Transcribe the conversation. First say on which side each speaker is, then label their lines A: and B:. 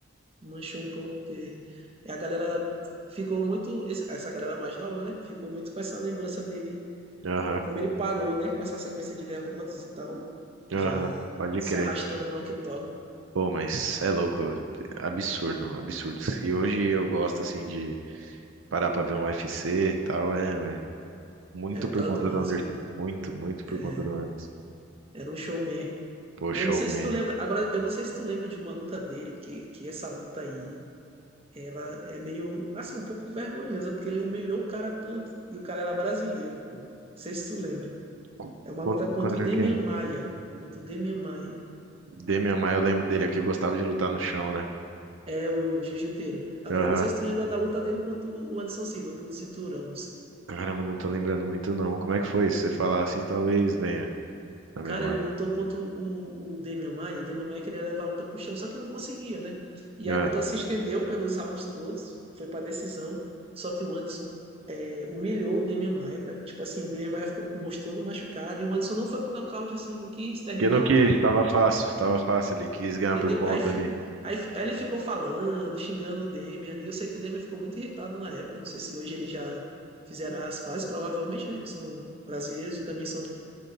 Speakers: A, on the right; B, on the right.
A: Manchou um pouco, porque a galera ficou muito. esse- Essa galera mais nova, né? Ficou muito com essa lembrança dele,
B: Aham,
A: como ele parou, né? Com essa sequência de derrotas e tal,
B: aham,
A: já
B: pode
A: se
B: crer.
A: arrastando no octógono.
B: Pô, mas é louco, absurdo, absurdo. E hoje eu gosto assim de parar pra ver um UFC e tal, é, é muito
A: É por
B: por
A: causa
B: conta
A: do Anderson,
B: do Anderson,
A: né?
B: muito, muito por
A: É,
B: conta do Anderson.
A: era um showman.
B: Pô,
A: Eu
B: showman.
A: não sei se tu lembra. Agora, eu não sei se tu lembra de uma luta dele, que, que essa luta aí, ela é meio, assim, um pouco vergonhosa, porque ele humilhou o cara tanto. E o cara era brasileiro, pô. Não sei se tu lembra.
B: Co-
A: É uma
B: Contra,
A: luta contra
B: contra
A: o Demian
B: quem?
A: Maia. Contra o Demian Maia.
B: Demian Maia, eu lembro dele aqui, gostava de lutar no chão, né?
A: É o, o jiu-jiteiro. Agora,
B: Aham.
A: eu não sei se tu lembra da luta dele contra o Anderson Silva, pelo cinturão. Não sei.
B: Caramba, não tô lembrando muito não. Como é que foi? Se você falar assim, talvez venha na memória.
A: Cara, ele lutou contra o, o Demian Maia. O Demian Maia queria levar a luta pro chão, só que não conseguia, né? E
B: Ah,
A: a luta se estendeu pelos rounds todos. Foi pra decisão. Só que o Anderson é, humilhou o Demian Maia, cara. Tipo assim, o Demian Maia ficou com o rosto todo machucado. E o Anderson não foi pro nocaute, assim, não quis terminar
B: porque não
A: a luta,
B: quis,
A: entendeu?
B: tava fácil, tava fácil ali, quis ganhar
A: Entendeu?
B: por ponta
A: Aí, fico,
B: ali.
A: aí, aí ele ficou falando, xingando o Demian ali. Eu sei que o Demian ficou muito irritado na época. Não sei se hoje ele já fizeram as pazes, provavelmente, né? Que são brasileiros e também são.